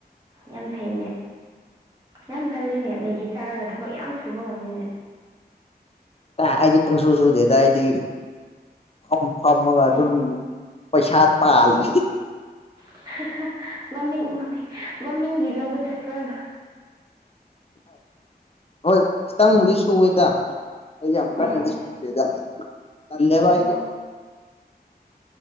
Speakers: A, on the right (about 25°); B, on the left (about 35°).
A: ꯌꯥꯝ ꯐꯩꯅꯦ ꯌꯥꯝ ꯀꯜꯂꯤꯅꯦ ꯃꯦꯒꯤ ꯆꯥꯔꯒ ꯊꯕꯛ ꯌꯥꯝ ꯁꯨꯕ ꯉꯝꯃꯤꯅꯦ
B: ꯑ ꯑꯩꯗꯤ ꯄꯨꯡꯁꯨ ꯁꯨꯗꯦꯗ ꯑꯩꯗꯤ ꯐꯝ ꯐꯝꯃꯒ ꯑꯗꯨꯝ
A: ꯃ-
B: ꯄꯩꯁꯥ ꯇꯥꯜꯂꯤ
A: <inaudible> ꯃꯃꯤꯡ ꯃꯃꯤꯡ ꯃꯃꯤꯡꯒꯤ ꯂꯧꯕ ꯆꯠꯄ꯭ꯔꯥꯗꯣ
B: ꯍꯣꯏ ꯈꯤꯇꯪꯕꯨꯗꯤ ꯁꯨꯋꯦꯗ ꯑꯩꯒꯤ ꯑꯃꯀꯥꯟ
A: ꯎꯝ
B: ꯅꯗꯤꯗ ꯁꯗꯦꯕ
A: ꯑꯣ
B: ꯑꯩꯒ